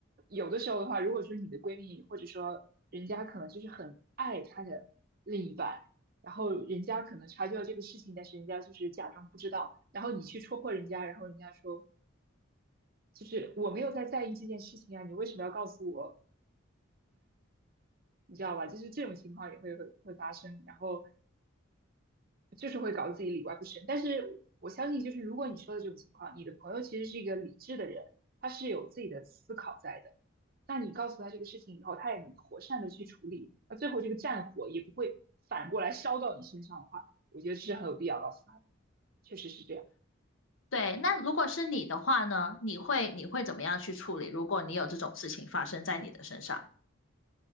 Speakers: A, on the right; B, on the left.
A: 有的时候的话，如果说你的闺蜜或者说人家可能就是很爱她的另一半，然后人家可能察觉到这个事情，但是人家就是假装不知道，然后你去戳破人家，然后人家说。就是我没有在在意这件事情啊，你为什么要告诉我？你知道吧？就是这种情况也会会会发生，然后就是会搞得自己里外不是人。但是我相信，就是如果你说的这种情况，你的朋友其实是一个理智的人，他是有自己的思考在的。那你告诉他这个事情以后，他也能妥善的去处理，那最后这个战火也不会反过来烧到你身上的话，我觉得这是很有必要告诉他的，确实是这样。
B: 对，那如果是你的话呢，你会你会怎么样去处理？如果你有这种事情发生在你的身上，